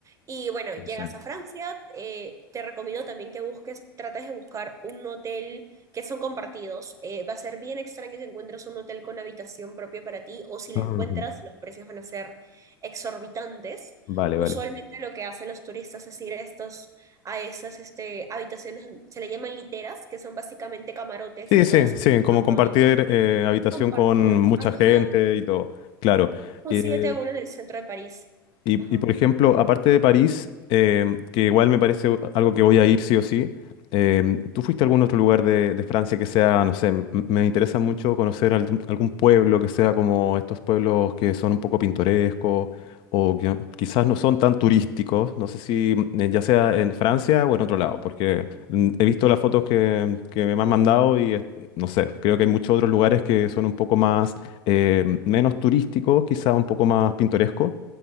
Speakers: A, on the right; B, on the left.
A: Y bueno,
B: Sí,
A: llegas
B: sí.
A: a Francia, eh, te recomiendo también que busques, trates de buscar un hotel que son compartidos. Eh, va a ser bien extraño que encuentres un hotel con habitación propia para ti, o si la
B: Ujú.
A: encuentras, los precios van a ser exorbitantes.
B: Vale,
A: Usualmente
B: vale.
A: lo que hacen los turistas es ir a estos a esas este, habitaciones, se le llaman literas, que son básicamente camarotes
B: Sí,
A: de
B: sí,
A: dos,
B: sí,
A: tres
B: como
A: camas,
B: compartir
A: así,
B: eh, habitación
A: compartido.
B: con mucha
A: Ajá,
B: gente y todo. Claro.
A: consíguete
B: Eh,
A: uno en el centro de París.
B: Y,
A: Ajá.
B: y, por ejemplo, aparte de París, em, que igual me parece u- algo que voy a ir sí o sí, em, ¿tú fuiste a algún otro lugar de, de Francia que sea, no sé, m- me interesa mucho conocer algún, algún pueblo que sea como estos pueblos que son un poco pintorescos o que no, quizás no son tan turísticos? No sé si mm, eh, ya sea en Francia o en otro lado, porque mm, he visto las fotos que, que me han mandado y es- no sé, creo que hay muchos otros lugares que son un poco más, em, menos turísticos, quizás un poco más pintorescos,